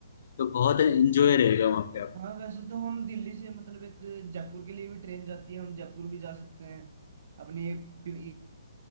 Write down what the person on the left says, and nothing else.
तो बहुत एंजॉय रहेगा वहाँ पे आप